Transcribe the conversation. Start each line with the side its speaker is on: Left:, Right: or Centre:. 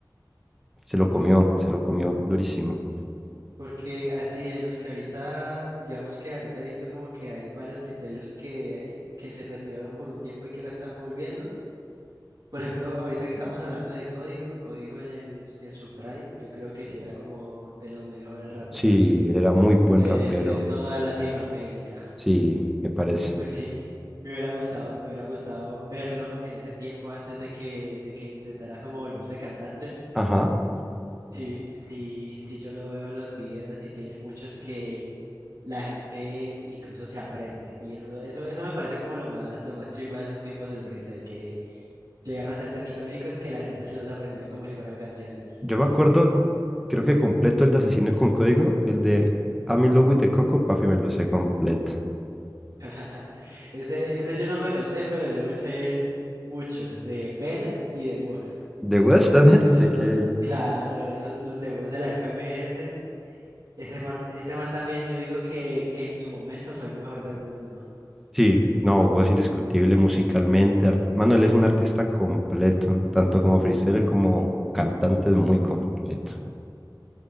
Centre: Se
Right: Mm,
Centre: lo comió, se lo comió durísimo.
Right: porque así de los que ahorita, digamos que ahorita he visto como que hay varios freestylers que, que se retiraron por un tiempo y que ahora están volviendo. Por ejemplo, ahorita que estamos hablando de Código, Código en, en su prime, yo creo que sí era como de los mejores raperos
Centre: Sí, él era muy buen
Right: de,
Centre: rapero.
Right: de toda Latinoamérica.
Centre: Sí, me parece.
Right: Y pues sí, me hubiera gustado, me hubiera gustado verlo en ese tiempo antes de que, de que intentara como volverse cantante.
Centre: Ajá.
Right: Sí, sí, sí, yo lo veo en los videos y tiene muchos que la gente incluso se aprende. Y eso, eso, eso me parece como lo más, lo más chimba de esos tiempos del freestyle, que Llegaron a ser tan icónicos que la gente se los aprendía como si fueran canciones.
Centre: Yo me acuerdo, creo que completo el de Asesino con Código, el de I'm in Love Coco, papi, me lo sé completo.
Right: <laughs> Ese, ese yo no me lo sé, pero yo me sé muchos, de Bennett y de Woz.
Centre: ¿De West también?
Right: Esos
Centre: <laughs> Ok.
Right: dos, claro, esos, los de Woz de la FMS. Ese man, ese man también, yo digo que, que en su momento fue el mejor del mundo.
Centre: Sí, no, Hugo indiscutible musicalmente. art- Mano, él es un artista completo, tanto como freestyler como cantante, es muy completo.